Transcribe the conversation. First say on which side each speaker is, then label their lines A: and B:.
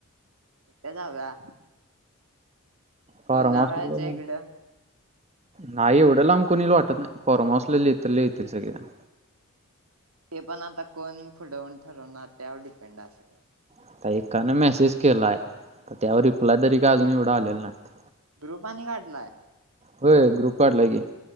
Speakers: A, on the right (about 75°); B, on the right (about 30°).
A: कुठे जाऊया?
B: फॉर्म
A: लोणावळ्याच्या
B: हाऊसला
A: इकडं.
B: नाही एवढं लांब कोण येईल वाटत नाही फार्महाऊसला लय तर लय येतील सगळेजण.
A: ते पण आता कोण पुढं होऊन ठरवणार त्यावर डिपेंड आहे सगळं.
B: आता एकानं मेसेज केला आहे तर त्यावर रिप्लाय तरी काय अजून एवढं आलेलं नाहीत.
A: ग्रुप आणि काढलाय?
B: होय ग्रुप काढलाय की.